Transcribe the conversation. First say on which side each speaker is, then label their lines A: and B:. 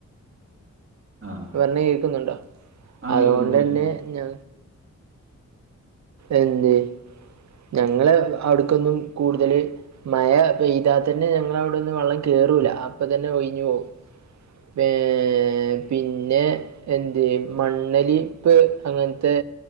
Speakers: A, on the right; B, on the right.
A: ആഹ്
B: പറഞ്ഞത് കേക്കുന്നുണ്ടോ
A: ആ
B: അതുകൊണ്ട്
A: കേൾക്കുന്നുണ്ട് കേൾക്കുന്നുണ്ട്.
B: ന്നെ ഞ എന്തേ ഞങ്ങള് അവിടക്കൊന്നും കൂടുതല് മഴ പെയ്താ തന്നെ ഞങ്ങ അവിടൊന്ന് വെള്ളം കേറൂല അപ്പ തന്നെ ഒയിഞ് പോകും വേ പിന്നെ എന്ത് മണ്ണലിപ്പ് അങ്ങനത്തെ